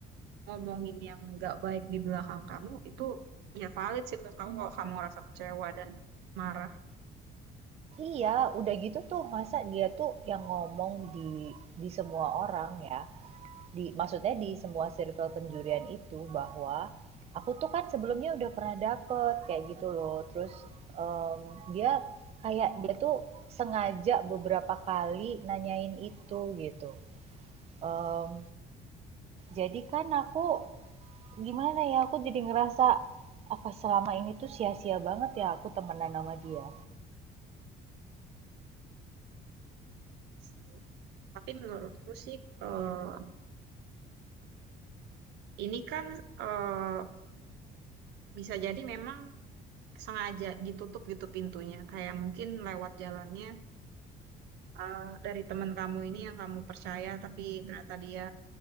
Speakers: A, on the right (about 85°); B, on the right (about 40°).
A: ngomongin yang nggak baik di belakang kamu itu ya valid sih menurut kamu kalau kamu ngerasa kecewa dan marah
B: Iya, udah gitu tuh. Masa dia tuh yang ngomong di di semua orang ya. Di, maksudnya di semua circle penjurian itu bahwa aku tuh kan sebelumnya udah pernah dapet kayak gitu loh. Terus em, dia kayak dia tuh sengaja beberapa kali nanyain itu gitu. Em, jadi kan aku Gimana ya, aku jadi ngerasa, apa selama ini tuh sia-sia banget ya aku temenan sama dia.
A: sih tapi menurutku sih eh, ini kan eh, bisa jadi memang sengaja ditutup gitu pintunya kayak mungkin lewat jalannya eh, dari teman kamu ini yang kamu percaya tapi ternyata dia